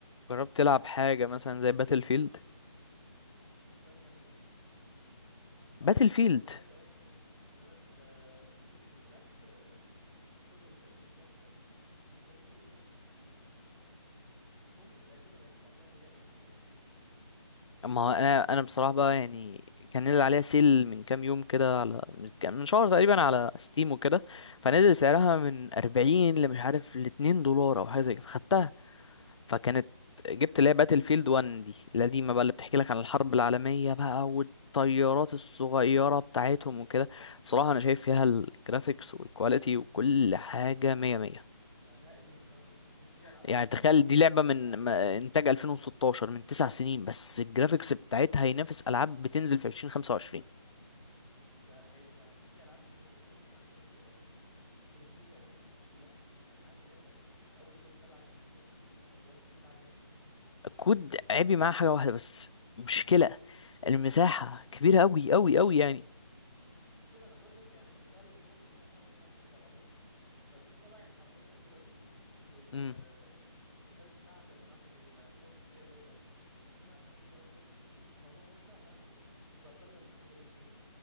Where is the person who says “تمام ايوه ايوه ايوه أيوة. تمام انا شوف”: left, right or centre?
Right